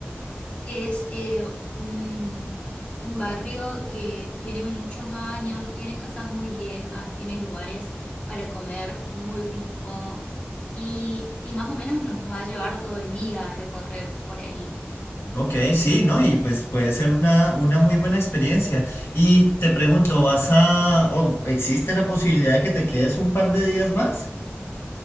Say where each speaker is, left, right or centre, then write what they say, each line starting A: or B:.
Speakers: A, on the left; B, on the left.
A: que es eh, un, un barrio que tiene muchos años, tiene casas muy viejas, tiene lugares para comer muy rico y, y más o menos nos va a llevar todo el día a recorrer por ahí.
B: Ok, sí, ¿no? Y pues puede ser una, una muy buena experiencia. Y te pregunto, ¿vas a... o existe la posibilidad de que te quedes un par de días más?